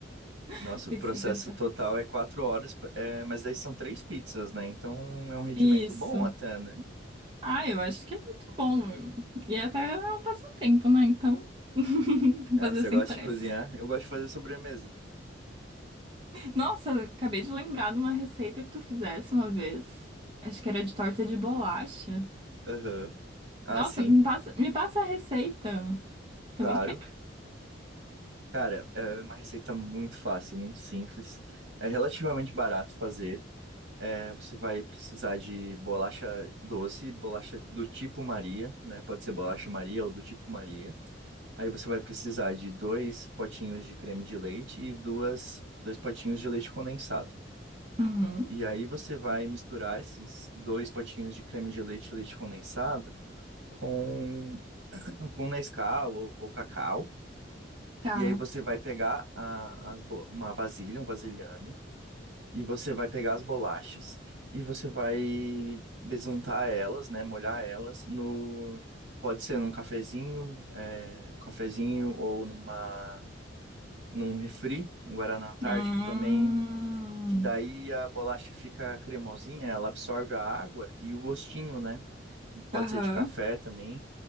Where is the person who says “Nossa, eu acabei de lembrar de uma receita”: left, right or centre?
Right